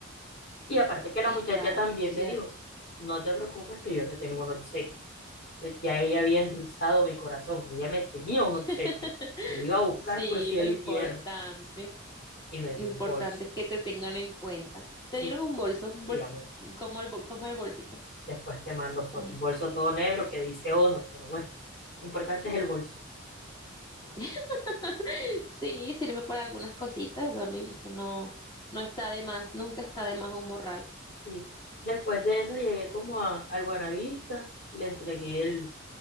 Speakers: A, on the left; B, on the left.
A: Y aparte
B: Sí,
A: que la muchacha
B: claro,
A: también
B: es cierto.
A: me dijo, no te preocupes que yo te tengo un obsequio. Entonces ya ella había endulzado mi corazón, ella me tenía un
B: <laughs>
A: obsequio. Yo lo iba a buscar
B: Sí,
A: por cielo
B: lo importante,
A: y tierra y me
B: lo
A: dio
B: importante
A: un bolso.
B: es que te tengan en cuenta. Te
A: Sí,
B: dieron un bolso, un
A: sí,
B: bolso,
A: amor.
B: como el, bol- como el bolsito.
A: Después te mando foto,
B: como-
A: un bolso todo negro que dice Honor, pero bueno, lo importante es el bolso.
B: <laughs> Sí, sirve para algunas cositas, eso no, eso no, no está de más, nunca está de más un morral.
A: Sí. Después de eso llegué como a, al Buenavista, le entregué el,